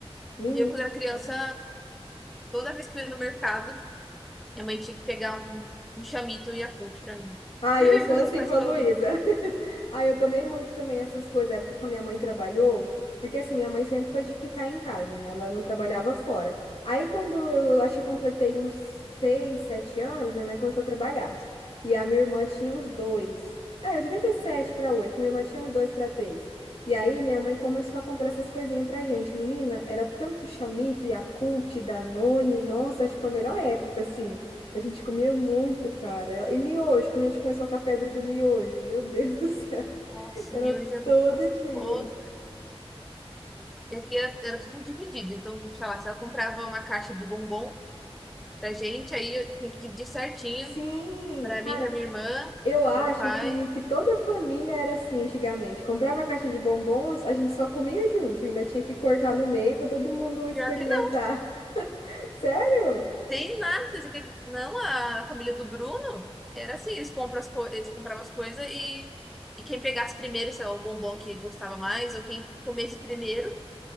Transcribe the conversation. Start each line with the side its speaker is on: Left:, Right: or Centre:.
Left: Menina.
Centre: E eu, quando era criança, toda vez que eu ia no mercado, minha mãe tinha que pegar um, um chamito e um Yakult pra mim.
Left: Ah,
Centre: <laughs>
Left: eu sou assim
Centre: Os pais
Left: com a
Centre: coloridos.
Left: Luísa. <laughs> Ah, eu tomei muito também essas coisas, época que a minha mãe trabalhou, porque assim, minha mãe sempre foi de ficar em casa, né? Ela não trabalhava fora. Aí quando eu acho que completei uns seis, sete anos, minha mãe começou a trabalhar. E a minha irmã tinha uns dois. Ah, eu devia ter sete para oito, minha irmã tinha uns dois para três. E aí minha mãe começou a comprar essas coisinhas pra gente. Menina, era tanto Chamito, Yakult, Danone. Nossa, acho que foi a melhor época, assim. A gente comia muito, cara. E miojo, quando a gente começou com a febre do miojo, meu Deus do céu,
Centre: Nossa,
Left: <laughs> era
Centre: miojo é muito
Left: todo
Centre: gostoso.
Left: dia.
Centre: E aqui era, era tudo dividido. Então, sei lá, se ela comprava uma caixa de bombom, Pra gente, aí eu tenho que dividir certinho.
Left: Sim,
Centre: Pra
Left: cara,
Centre: mim, pra minha irmã,
Left: eu acho
Centre: meu pai.
Left: que, que toda família era assim antigamente. Comprava a caixa de bombons, a gente só comia junto, ainda tinha que cortar no meio para todo mundo experimentar.
Centre: Pior que não,
Left: <laughs> Sério?
Centre: tem nada. Isso aqui- Não, a família do Bruno era assim, eles compram as co- eles compravam as coisas e, e quem pegasse primeiro, se é o bombom que gostava mais, ou quem comesse primeiro,